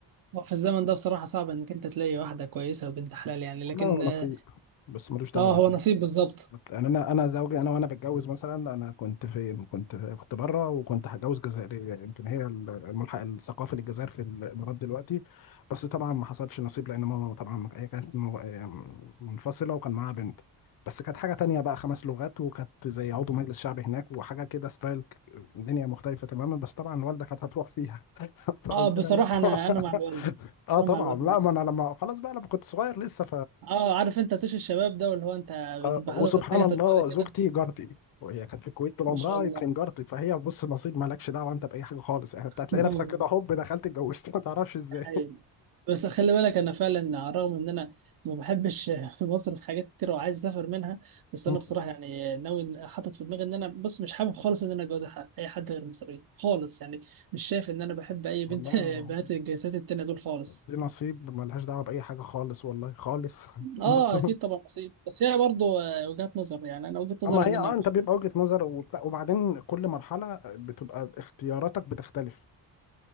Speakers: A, on the right; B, on the left.
A: ما هو في الزمن ده بصراحه صعب انك انت تلاقي واحده كويسه وبنت حلال يعني
B: والله
A: لكن
B: هو نصيب بس ملوش دعوة
A: اه هو نصيب بالظبط
B: يعني انا انا زوجي انا وانا بتجوز مثلا انا كنت في كنت في كنت بره وكنت هتجوز جزائريه يمكن هي الملحق الثقافي للجزائر في الامارات دلوقتي بس طبعا ما حصلش نصيب لان ماما طبعا هي كانت م- منفصله وكان معاها بنت بس كانت حاجه تانية بقى خمس لغات وكانت زي عضو مجلس شعب هناك وحاجه كده ستايل ك- دنيا مختلفه تماما بس طبعا والدة كانت هتروح فيها <laughs> فقلت
A: اه بصراحه
B: لها لا طبعا.
A: انا
B: <laughs>
A: انا مع الوالده
B: اه
A: انا
B: طبعا
A: مع الوالده
B: لا ما انا لما خلاص بقى لما كنت صغير لسه
A: اه عارف انت طيش الشباب ده واللي هو انت
B: آه،
A: بتبقى
B: وسبحان
A: حاطط حاجه
B: الله
A: في دماغك
B: زوجتي
A: كده
B: جارتي وهي كانت في الكويت طول
A: ما
B: عمرها
A: شاء الله
B: يمكن جارتي فهي بص نصيب مالكش دعوه انت باي حاجه خالص يعني انت هتلاقي
A: <laughs> بالظبط.
B: نفسك كده هوب دخلت اتجوزت <laughs> ما تعرفش ازاي
A: ده حقيقي. بس خلي بالك انا فعلا على الرغم ان انا ما بحبش <laughs> مصر في حاجات كتير وعايز اسافر منها بس
B: مم.
A: انا بصراحه يعني ناوي حاطط في دماغي ان انا بص مش حابب خالص ان انا اتجوز ح- اي حد غير مصري خالص يعني مش شايف ان انا بحب اي بنت
B: والله
A: <laughs> بنات الجنسيات التانيه دول خالص
B: دي نصيب ملهاش دعوه باي حاجه خالص والله خالص <laughs>
A: اه
B: بص
A: اكيد طبعا نصيب بس هي برضه آه، وجهات نظر يعني انا وجهه نظري
B: اما
A: ان
B: هي
A: انا
B: اه انت بيبقى وجهه نظر وبتاع وبعدين كل مرحله بتبقى اختياراتك بتختلف